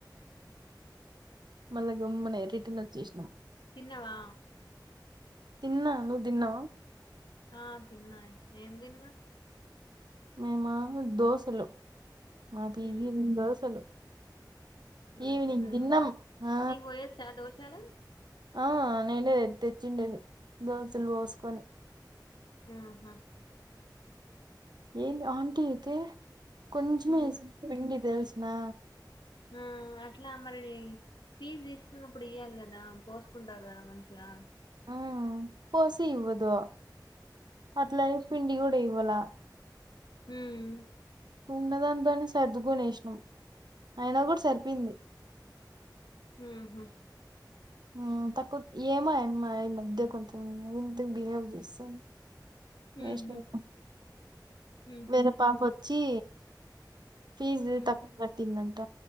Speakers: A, on the right; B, on the left.
A: మళ్ళ గమ్మున రిటర్న్ వచ్చేసినాం
B: తిన్నవా
A: తిన్నా నువ్వు తిన్నావా
B: ఆ తిన్నా ఏం తిన్నా
A: మేమ దోసేలు మా పేజీ
B: ఉమ్
A: దోశలు
B: దోశలా
A: ఈవినింగ్ దిన్నం ఆ
B: నీకు పోయొచ్చా దోశలు
A: ఆ నేనే తెచ్చిండేది దోసేలు పోసుకొని
B: ఆహా
A: ఏంది ఆంటీ అయితే కొంచమే
B: ఉమ్
A: ఏసింది పిండి తెలుసా నా
B: ఆ అట్లా మరి ఫీజ్ తీసుకున్నప్పుడు ఇయ్యాలి కదా పోసుకుంటారు కదా మంచిగా
A: మ్మ్ కోసి ఇవదు అట్లానే పిండి కూడా ఇవ్వల
B: మ్మ్
A: ఉన్నదానింతోనే సర్దుకొనేసిన అయినా కూడా సరిపోయింది
B: హ్మ్ హు
A: మ్మ్ తక్కువ ఏమో ఆయమ్మ మా ఆయమ్మ ముందే కొంచెం <unintelligible> బిహేవ్ చేస్తాది వేసినాలే
B: ఉహు
A: పా
B: ఉహు
A: వేరే పాప వచ్చి ఫీజ్
B: ఉమ్
A: తక్కువ కట్టిందంట